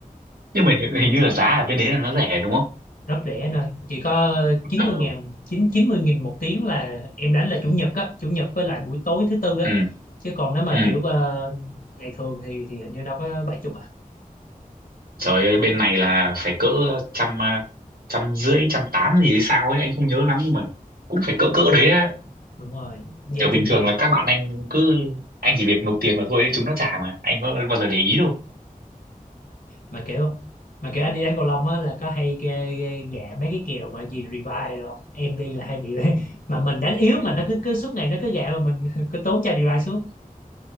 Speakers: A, on the right (about 85°); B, on the left (about 75°).
A: nhưng mà hình, hình như là giá ở bên đấy là nó rẻ đúng không
B: rất rẻ anh ơi chỉ có chín
A: Ờ,
B: mươi ngàn chín chín mươi nghìn một tiếng là em đánh là chủ nhật á chủ nhật với lại buổi tối thứ tư á
A: ừ
B: chứ còn nếu mà
A: ừ
B: kiểu ờ, ngày thường thì thì hình như đâu có bảy chục à
A: trời ơi bên này là phải cỡ trăm ờ, trăm rưỡi trăm tám gì hay sao ấy anh không nhớ lắm nhưng mà cũng phải cỡ cỡ đấy á
B: đúng rồi dễ
A: kiểu bình
B: trung
A: thường
B: tâm
A: là các bạn anh cứ anh chỉ việc nộp tiền vào thôi chúng nó trả mà anh có bao giờ để ý đâu
B: mà kiểu mà kiểu anh đi đánh cầu lông á là có hay ghê, ghê, gạ mấy cái kèo mà gì revive rồi không? em đi là hay bị <laughs> mà mình đánh yếu mà nó cứ cứ suốt ngày nó cứ gạ mà mình <laughs> cứ tốn chai revive suốt